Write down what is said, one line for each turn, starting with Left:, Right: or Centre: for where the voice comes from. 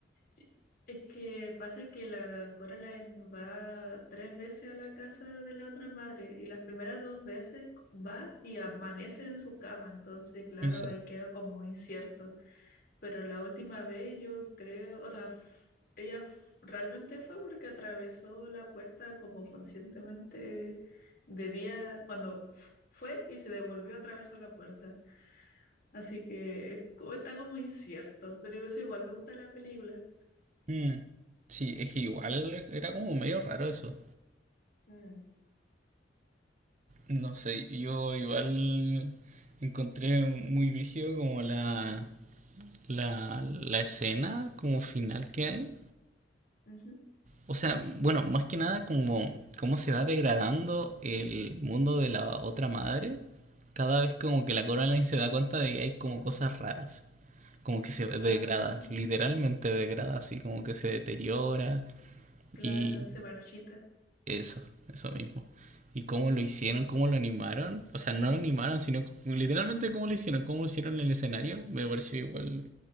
Left: y- es que pasa que la Coraline va tres veces a la casa de la otra madre y las primeras dos veces c- va y amanece en su cama, entonces claro,
Right: Eso.
Left: ahí queda como incierto, pero la última vez yo creo, o sea, f- ella f- realmente fue porque atravesó la puerta como conscientemente de día, cuando f- fue y se devolvió atravesó la puerta. Así que es co- está como incierto, pero eso igual me gusta la película.
Right: Mm, Sí, es que igual era como medio raro eso.
Left: Mm,
Right: No sé, yo igual encontré muy brígido como la, la, la escena como final que hay.
Left: ujú.
Right: O sea, bueno, más que nada como cómo se va degradando el mundo de la otra madre. Cada vez como que la Coraline se da cuenta de que hay como cosas raras. Como que se degrada,
Left: Ah,
Right: literalmente degrada, así como que se deteriora.
Left: claro,
Right: Y
Left: se marchita.
Right: Eso, eso mismo. ¿Y cómo lo hicieron? ¿Cómo lo animaron? O sea, no lo animaron, sino c- literalmente cómo lo hicieron, cómo hicieron el escenario. Me pareció igual